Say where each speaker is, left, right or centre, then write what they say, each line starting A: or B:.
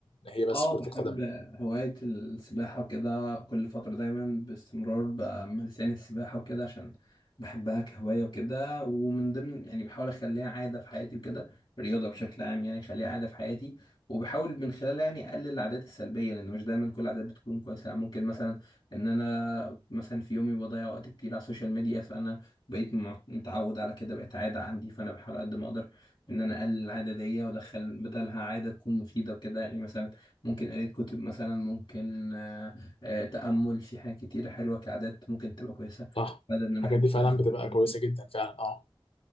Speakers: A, on the left; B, on the left.
A: هي بس
B: اه
A: كره
B: بحب
A: القدم
B: هواية السباحة وكده كل فترة دايما باستمرار بمارس يعني السباحة وكده عشان بحبها كهواية وكده ومن ضمن يعني بحاول أخليها عادة في حياتي وكده الرياضة بشكل عام يعني أخليها عادة في حياتي وبحاول من خلالها يعني أقلل العادات السلبية لأن مش دايما كل العادات بتكون كويسة يعني ممكن مثلا إن أنا مثلا في يومي بضيع وقت كتير على السوشيال ميديا فأنا بقيت مع- متعود على كده بقت عادة عندي فأنا بحاول قد ما أقدر إن أنا أقلل العادة دي وأدخل بدلها عادة تكون مفيدة وكده يعني مثلا ممكن قراية كتب مثلا ممكن آه، آه، تأمل في حاجات كتيرة حلوة كعادات ممكن تبقى كويسة
A: صح
B: بدل إن الواحد
A: الحاجات دي
B: يضيع
A: فعلا
B: حاجة.
A: بتبقى كويسه جدا فعلا اه